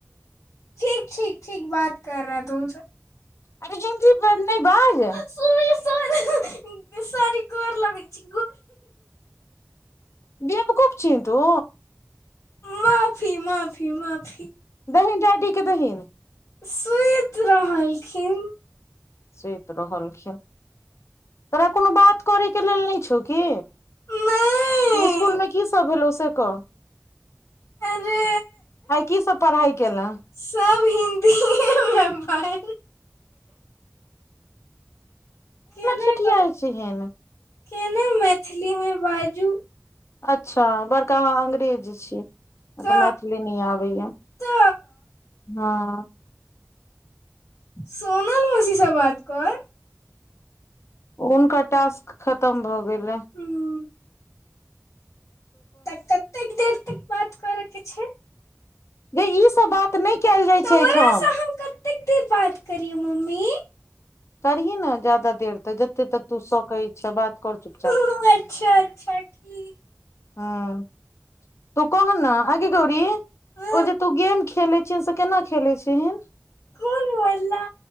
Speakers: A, on the left; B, on the left.
A: ठीक ठीक ठीक बात कर रहा तुमसे
B: अरे जेन जी वर्ड नै बाज
A: <unintelligible> गैर लगै छै
B: बेवकूफ छीय तू
A: माफी माफी माफी
B: दहिन डाइडी के दहिन
A: सुति रहलखिन
B: सुति रहलखिन तोरा कोनो बात करै के लेल नहि छौ कि
A: नहि
B: स्कूल मे की सब भेलौ से क
A: अरे
B: आय की सब पढ़ाइ केले
A: सब हिन्दीमे केना
B: ठिठियाइ
A: कहू
B: छिहीन
A: केना मैथिली मे बाजू
B: अच्छा बड़का आहाँ अंग्रेज छी त आँहा
A: क
B: के मैथिली नय आबैया
A: त
B: हँ
A: सोनम मौसी से बात कर
B: हुनकर टास्क खत्म भऽ गेलैय
A: हम्म, तऽ कतेक देर तक बात करके छै
B: गे ई सब बात नय कैएल जाइ
A: तोरासँ
B: छै एहिठाम
A: हम कतेक देर बात करियौ मम्मी
B: करही ने ज्यादा देर तऽ जते तक तु सकै छैए बात कर चुपचाप
A: ओ अच्छा अच्छा ठीक
B: हँ तू कह न आगे गौरी
A: हँ
B: उ जे तू गेम खेले छह से केना खेले छहीन
A: कोन बाला